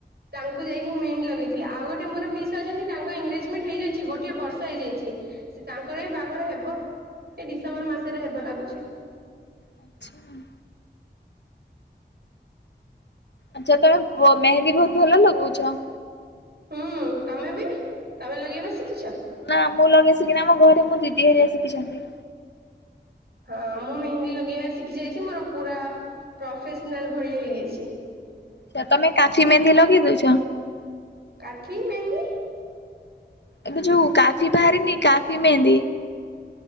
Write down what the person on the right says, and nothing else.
ତାଙ୍କୁ ଯାଇକି ମୁଁ ମେହେନ୍ଦୀ ଲଗେଇଥିଲି ଆଉ ଗୋଟେ ମୋର ପିଶା ଅଛନ୍ତି ତାଙ୍କ ଏଙ୍ଗେଜମେଣ୍ଟ ହେଇଯାଇଛି ଗୋଟଏ ବର୍ଷ ହେଇଯାଇଛି। ସେ ତାଙ୍କର ଏ ବାଘରେ ହେବ ଏଇ ଡିସେମ୍ବର ମାସରେ ହେବ ଲାଗୁଛି।
ହୁଁ ତମେ ବି ତମେ ଲଗେଇବା ଶିଖିଛ
ହଁ ମୁଁ ମେହେନ୍ଦୀ ଲଗେଇବା ଶିଖି ଯାଇଛି ମୋର ପୁରା ପ୍ରଫେସନାଲ ଭଳିଆ ହେଇଯାଇଛି
କାଠି ମେନ୍ଦି